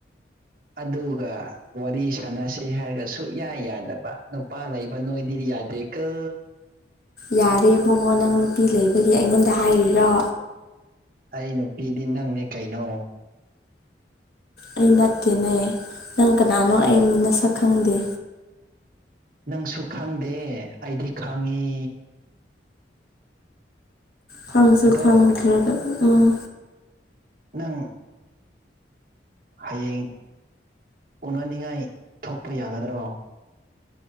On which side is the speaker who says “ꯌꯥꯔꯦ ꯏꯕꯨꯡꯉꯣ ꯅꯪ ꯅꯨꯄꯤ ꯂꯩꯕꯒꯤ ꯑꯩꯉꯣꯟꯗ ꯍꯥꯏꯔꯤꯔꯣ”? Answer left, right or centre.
Left